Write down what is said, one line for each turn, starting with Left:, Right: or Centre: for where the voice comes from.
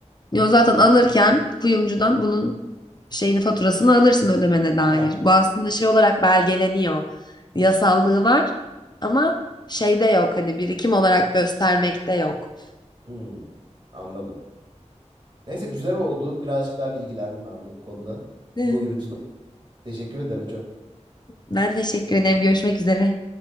Left: Yo zaten alırken kuyumcudan bunun şeyini faturasını alırsın ödemene dair.
Right: Ha,
Left: Bu aslında şey olarak belgeleniyor. Yasallığı var ama şeyde yok hani birikim olarak göstermekte yok.
Right: hmm, anladım. Neyse güzel oldu. Birazcık daha bilgilendim ben de bu konuda.
Left: <laughs>
Right: Doyurucu da. Teşekkür ederim çok.
Left: Ben teşekkür ederim. Görüşmek üzere.